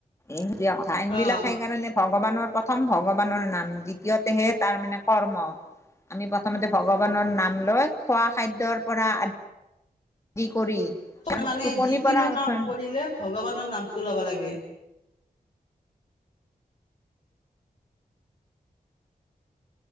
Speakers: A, on the left; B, on the left.
A: এই আইন
B: অ'।
A: বিলাক সেইকাৰণে ভগৱানৰ প্ৰথম ভগৱানৰ নাম, দ্বিতীয়তেহে তাৰ মানে কৰ্ম। আমি প্ৰথমতে ভগৱানৰ নাম লৈ, খোৱা খাদ্যৰ পৰা দি কৰি
B: মানে
A: টোপনিৰ
B: যিকোনো
A: পৰা
B: কাম
A: উঠা
B: কৰিলে ভগৱানৰ নামটো ল'ব লাগে।